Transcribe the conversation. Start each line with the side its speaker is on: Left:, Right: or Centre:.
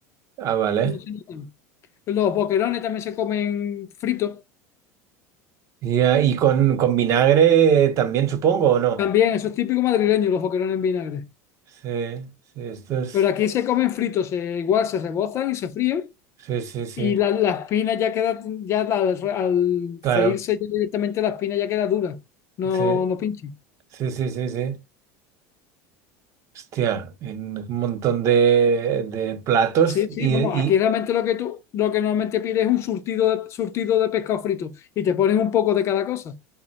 Right: Ah, vale.
Left: no se notan. Los boquerones también se comen fritos,
Right: Ya, Y con, con vinagre también, supongo, ¿o no?
Left: también, eso es típico madrileño, los boquerones en vinagre.
Right: Sí, sí, esto es.
Left: Pero aquí se comen fritos, se- igual se rebozan y se fríen
Right: Sí, sí, sí,
Left: y la, la espina ya queda, ya la- al
Right: claro.
Left: freírse ya directamente la espina ya queda dura, no,
Right: Sí,
Left: no pinche.
Right: sí, sí, sí, sí. Hostia, en un montón de, de platos
Left: Sí, sí,
Right: y,
Left: vamos,
Right: y,
Left: aquí realmente lo que tú, lo que normalmente pides es un surtido de, surtido de pescado frito y te ponen un poco de cada cosa.